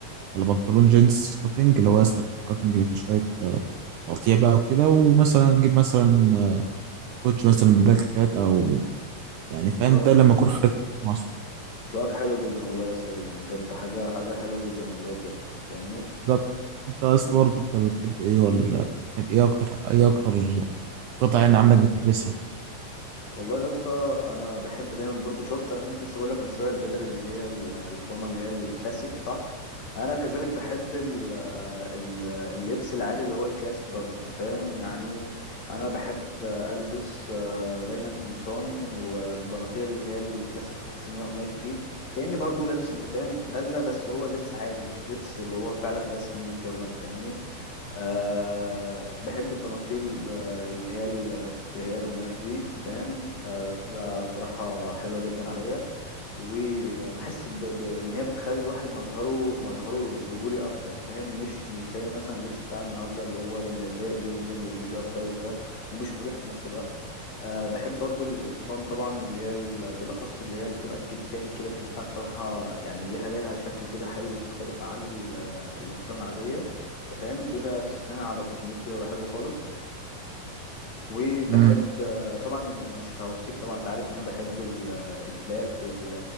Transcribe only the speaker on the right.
على بنطلون جينز كاتنج اللي هو يا اسطى الكاتنج اللي فيه شوية آه، تقطيع بقى وكده ومثلا أجيب مثلا آه، كوتش مثلا بلاك كات أو يعني فاهم
ده لما أكون خارج مع أصحابي.
بالظبط أنت يا
اسطى برضه أنت بتحب إيه ولا بتحب إيه أكتر إيه أكتر قطع يعني عندك بتلبسها؟
مم.